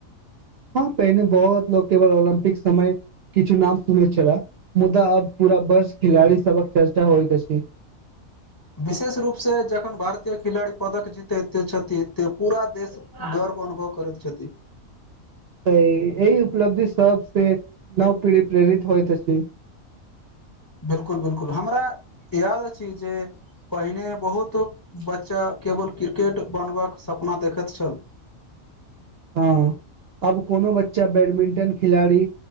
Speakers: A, on the right (about 65°); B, on the left (about 30°).
A: <inaudible> हँ पहिने बहुत लोक केवल ओलम्पिक समय किछु नाम सुनैत छले मुदा अब पूरा बर्ष खिलाड़ी सबक चर्चा होइत अछि
B: विशेष रूपसँ जखन भारतीय खिलाड़ी पदक जीतैत छथिन तऽ पूरा देशभर अनुभव करैत छथि
A: <inaudible> स इ एहि उपलब्धि सब से नव पीढ़ी प्रेरित होइत अछि
B: बिलकुल बिलकुल हमरा याद अछि जे पहिने बहुत बच्चा केवल क्रिकेट बनबाक सपना देखैत छल
A: हँ अब कोनो बच्चा बैडमिंटन खिलाड़ी